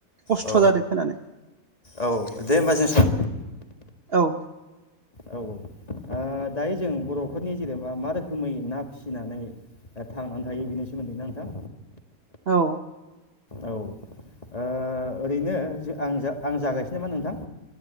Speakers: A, on the right; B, on the left.
A: खस्थ'
B: औ
A: जादो खोनानो।
B: औ दे होमबा जों साव
A: औ
B: औ औ दायो जों बर'फोरनि जेनेबा मा रोखोमै ना फिसिनानै ओ थांनानै थायो बेनि सोमोन्दै ना नोंथां?
A: औ
B: औ ओरैनो आं आं जागायसै नामा नोंथां?